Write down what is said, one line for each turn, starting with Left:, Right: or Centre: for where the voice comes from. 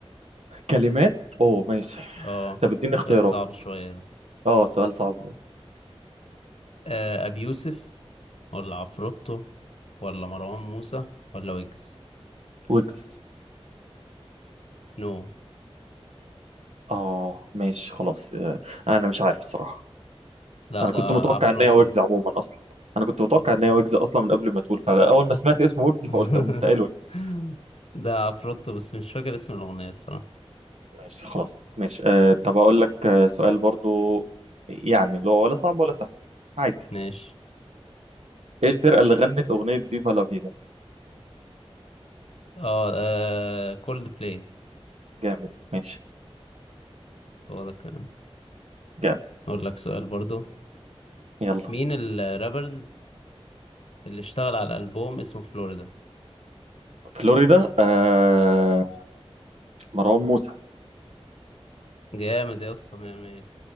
Right: كلمات اوه ماشي
Left: اه
Right: طب اديني
Left: سؤال
Right: اختيارات
Left: صعب شوية ده
Right: اه سؤال صعب
Left: آه أبي يوسف ولا عفروتو ولا مروان موسى ولا ويجز؟
Right: ويجز
Left: نو
Right: اه ماشي خلاص آه، انا مش عارف الصراحة
Left: لا
Right: انا
Left: ده
Right: كنت متوقع
Left: عفروتو
Right: ان هي ويجز
Left: ده
Right: عموما اصلا انا كنت متوقع
Left: عف...
Right: ان هي ويجز اصلا من قبل ما تقول فاول ما سمعت اسم ويجز
Left: <laughs>
Right: فقلت قمت قايل ويجز
Left: ده عفروتو بس مش فاكر اسم الأغنية الصراحة
Right: ماشي خلاص ماشي آه طب اقول لك آه، سؤال برضو يعني اللي هو ولا صعب ولا سهل عادي
Left: ماشي
Right: ايه الفرقة اللي غنت اغنية فيفا لا فيدا
Left: اه, آه... كولد بلاي
Right: جامد ماشي
Left: هو ده الكلام
Right: جامد
Left: أقول لك سؤال برضو
Right: يلا
Left: مين الرابرز اللي اشتغل على الألبوم اسمه فلوريدا؟
Right: فلوريدا آه مروان موسى
Left: جامد يا اسطى مية مية